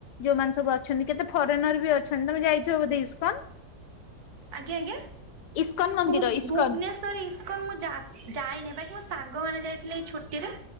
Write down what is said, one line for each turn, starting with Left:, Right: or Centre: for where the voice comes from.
Left: ଯୋଉମାନେ ସବୁ ଅଛନ୍ତି। କେତେ ଫରେନିଅର ବି ଅଛନ୍ତି। ତମେ ଯାଇଛ ବୋଧେ ଇସ୍କନ୍?
Right: ଆଜ୍ଞା ଆଜ୍ଞା,
Left: ଇସ୍କନ ମନ୍ଦିର
Right: ଭୁ-
Left: ଇସ୍କନ
Right: ଭୁବନେସ୍ ସର୍ ଇସ୍କନ୍ ମୁଁ ଯା-ଯାଏନି ବାକି ମୋ ସାଙ୍ଗ ମାନେ ଯାଇଥିଲେ ଏଇ ଛୁଟି ରେ।